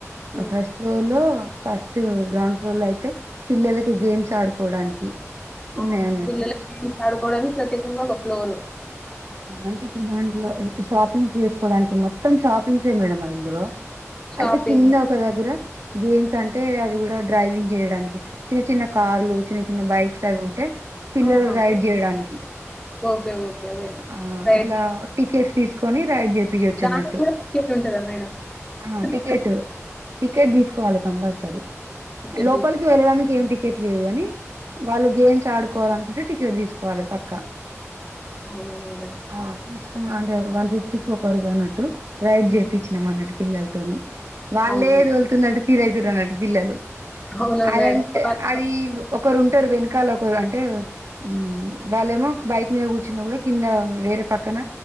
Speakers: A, on the left (about 15°); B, on the right (about 70°).
A: హ్మ్.
B: ఆ ఫస్ట్ ఫ్లోర్ లో ఫస్ గ్రౌండ్ ఫ్లోర్లో అయితే పిల్లలకి గేమ్స్ ఆడుకోవడానికి
A: ఆ
B: ఉన్నాయి అన్నట్టు
A: పిల్లలకు గేమ్స్ ఆడుకోవడానికి ప్రత్యేకంగా ఒక ఫ్లోరు
B: అంటే ఇప్పుడు దాంట్లో షాపింగ్స్ చేసుకోవడానికి మొత్తం షాపింగ్స్ ఏ మేడం అందులో
A: షాపింగ్
B: అయితే కింద ఒక దగ్గర గేమ్స్ అంటే అది కూడా డ్రైవింగ్ చేయడానికి చిన్న చిన్న కార్లు చిన్న చిన్న బైక్స్ అవి ఉంటయ్ పిల్లలు
A: ఆహా
B: రైడ్ చేయడానికి
A: ఓకే ఓకే వెల్
B: ఆ
A: రైట్
B: ఇట్లా టికెట్స్ తీసుకొని రైడ్ చె పియచ్చు
A: దానికి
B: అన్నట్టు
A: కూడా టికెట్ ఉంటదా మేడం
B: హా
A: ఫ్రీనా
B: టికెట్ టికెట్ తీసుకోవాలి కంపల్సరీ
A: టికెట్
B: లోపలికి
A: తీస్తే
B: వెళ్ళడానికి ఏం టికెట్ లేదు కాని వాళ్ళు గేమ్స్ ఆడుకోవాల అనుకుంటే టికెట్ తీసుకోవాలి పక్కా
A: అవును మేడం
B: ఆ తీసుకున్నా అంటే వన్ ఫిఫ్టీకిి ఒకరుగా అన్నట్టు రైడ్
A: హ్మ్.
B: చెపించినం అన్నట్టు పిల్లలతోని వల్లే
A: అవును
B: దోళ్తున్నట్టు ఫీల్ అయితుర్రు అన్నట్టు పిల్లలు
A: అవునా
B: అదంటే
A: మేడం వాళ్ళతో
B: అది ఒకరుం టరు వెనకాల ఒకరు అంటే మ్ వాళ్ళేమో బైక్ మీద కూర్చున్న కూడా కింద వేరే పక్కన